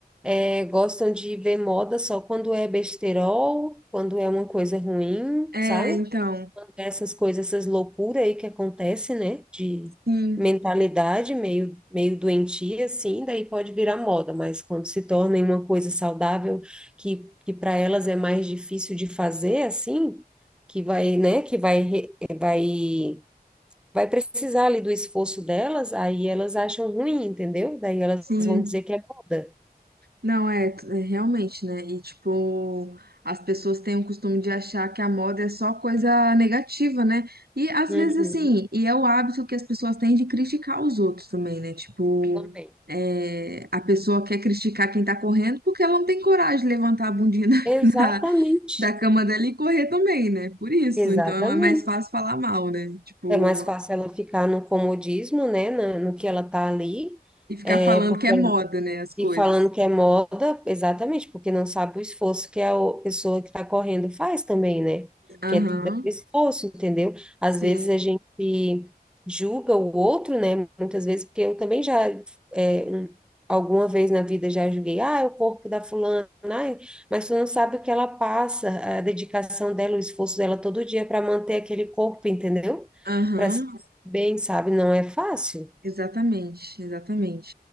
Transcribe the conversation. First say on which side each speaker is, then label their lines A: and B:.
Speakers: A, in the centre; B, on the right (about 75°).
A: É, Gostam de ver moda só quando é besterol, quando é uma coisa ruim,
B: É,
A: sabe?
B: então,
A: Quando é essas coisas, essas loucuras aí que acontece, né? De
B: sim,
A: mentalidade meio, meio doentia, assim, daí pode virar moda, mas quando se torna em uma coisa saudável, que, que para elas é mais difícil de fazer, assim, que vai, né? Que vai, re- vai, vai precisar ali do esforço delas, aí elas acham ruim, entendeu? Daí elas
B: sim.
A: vão dizer que é moda.
B: Não, é, t- é realmente, né? E, tipo, as pessoas têm o costume de achar que a moda é só coisa negativa, né? E, às
A: Uhum,
B: vezes, assim, e é o hábito que as pessoas têm de criticar os outros também, né? Tipo,
A: também.
B: é, a pessoa quer criticar quem tá correndo porque ela não tem coragem de levantar a bundinha <laughs>
A: Exatamente,
B: da, da, cama dela e correr também, né? Por isso.
A: exatamente.
B: Então, é mais fácil falar mal, né? Tipo,
A: É mais fácil ela ficar no comodismo, né, na- no que ela tá ali,
B: e ficar
A: é,
B: falando
A: porque
B: que é moda, né? As coisas.
A: E falando que é moda, exatamente, porque não sabe o esforço que a o- pessoa que está correndo faz também, né? Que
B: Aham,
A: é tudo é esforço, entendeu? Às
B: sim.
A: vezes a gente julga o outro, né? Muitas vezes, porque eu também já, é, um- alguma vez na vida já julguei, ah, é o corpo da fulana, ai, mas tu não sabe o que ela passa, a dedicação dela, o esforço dela todo dia para manter aquele corpo, entendeu?
B: Aham.
A: Para se sentir bem, sabe? Não é fácil.
B: Exatamente, exatamente.